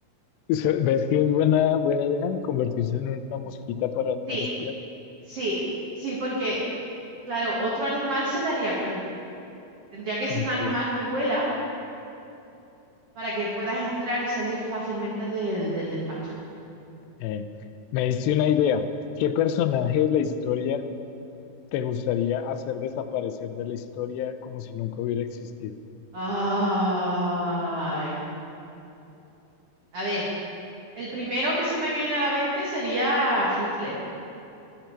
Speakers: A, on the left; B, on the right.
A: Se- ¿Ves que es buena, buena idea convertirse en una mosquita para, para
B: Sí,
A: espiar?
B: sí, sí, porque, claro, otro animal se daría cuenta. Tendría que ser
A: Ok.
B: un animal que vuela para que puedas entrar y salir fácilmente del, del despacho.
A: eh, me diste una idea. ¿Qué personaje de la historia te gustaría hacer desaparecer de la historia como si nunca hubiera existido?
B: Ay. A ver, el primero que se me viene a la mente sería Hitler,